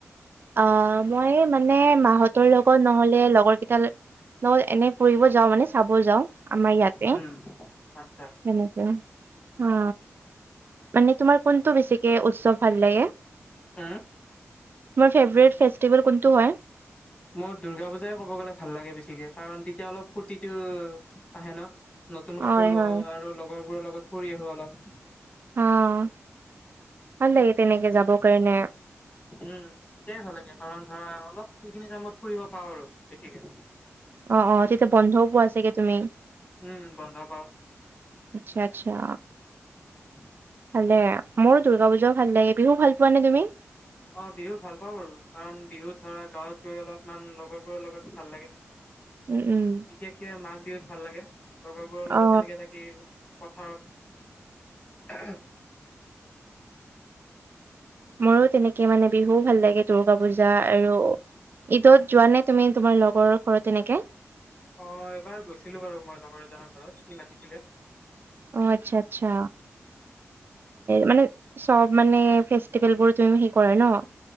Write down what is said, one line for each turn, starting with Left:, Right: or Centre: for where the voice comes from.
Right: অ' মই মানে মাহঁতৰ লগত নহ'লে লগৰকেইটাৰ লগত এনে ফুৰিব যাওঁ মানে চাব যাওঁ আমাৰ ইয়াতে
Left: উম আচ্ছা
Right: তেনে আ, মানে তোমাৰ কোনটো বেছিকে উৎসৱ ভাল লাগে?
Left: হু
Right: মোৰ ফেভৰেট ফেষ্টিভেল কোনটো হয়?
Left: মোৰ দুৰ্গা পূজাই ক'ব গ'লে ভাল লাগে বেছিকে কাৰণ তেতিয়া অলপ ফূৰ্তিটো আহে ন', নতুন
Right: হয়
Left: কাপোৰ লওঁ
Right: হয়
Left: আৰু লগৰবোৰৰ লগত ফুৰি আহো অলপ।
Right: অ' ভাল লাগে তেনেকে যাব কাৰনে।
Left: উম, তেতিয়াই ভাল লাগে কাৰণ ধৰা অলপ সেইখিনি টাইমত ফুৰিব পাওঁ আৰু বেছিকে।
Right: অ', অ' তেতিয়া বন্ধও পোৱা চাগে তুমি।
Left: উম, বন্ধ পাওঁ।
Right: আচ্ছা আচ্ছা।
Left: <inaudible>
Right: ভালে, মোৰো দুৰ্গা পূজাও ভাল লাগে। বিহু ভাল পোৱানে তুমি?
Left: অ' বিহু ভাল পাওঁ বাৰু কাৰণ বিহুত ধৰা গাঁৱত গৈ অলপমান লগৰবোৰৰ লগত ভাল লাগে।
Right: উম, উম।
Left: বিশেষকে মাঘ বিহুত ভাল লাগে, লগৰবোৰৰ লগত
Right: অ
Left: সেনেকে থাকি পথাৰত
Right: মোৰো তেনেকে মানে বিহুও ভাল লাগে, দূৰ্গা পূজা আৰু ঈদত যোৱানে তুমি তোমাৰ লগৰৰ ঘৰত এনেকে?
Left: অ' এবাৰ গৈছিলোঁ বাৰু মই লগৰ এজনৰ ঘৰত, সি মাতিছিলে।
Right: অ' আচ্ছা আচ্ছা। মানে চব মানে ফেচ টিভেলবোৰ তুমি সে কৰা ন'